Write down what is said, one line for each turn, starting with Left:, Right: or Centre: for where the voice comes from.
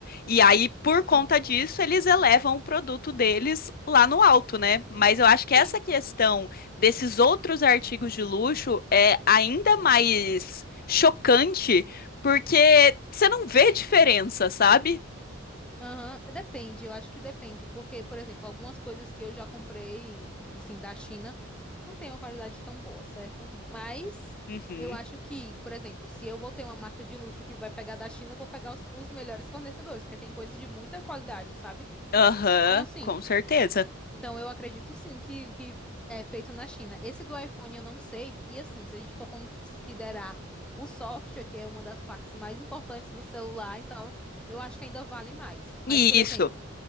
Left: E aí, por
Centre: Aham.
Left: conta disso, eles elevam o produto deles lá no alto, né? Mas eu acho que essa
Centre: Sim.
Left: questão desses outros artigos de luxo é ainda mais chocante, porque você não vê diferença, sabe?
Centre: Aham, depende, eu acho que depende, porque, por exemplo, algumas coisas que eu já comprei, assim, da China, não tem uma qualidade tão boa, certo? Mas
Left: Uhum.
Centre: eu acho que, por exemplo, se eu vou ter uma marca de luxo que vai pegar da China, eu vou pegar os, os melhores fornecedores, porque tem coisa de muita qualidade, sabe?
Left: Aham,
Centre: Então, assim,
Left: com certeza.
Centre: então, eu acredito sim que, que é feito na China. Esse do iPhone eu não sei. E assim, se a gente for considerar o software, que é uma das partes mais importantes do celular, então eu acho que ainda vale mais. Mas,
Left: E
Centre: por exemplo,
Left: isso,